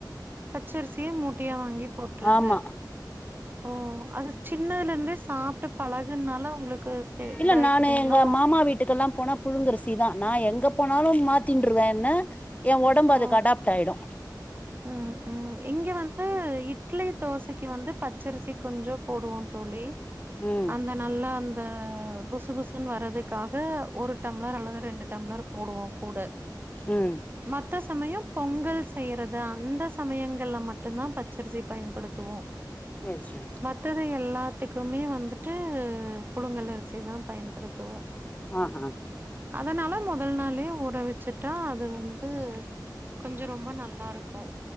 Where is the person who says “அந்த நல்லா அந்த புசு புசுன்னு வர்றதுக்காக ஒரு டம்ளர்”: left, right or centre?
Right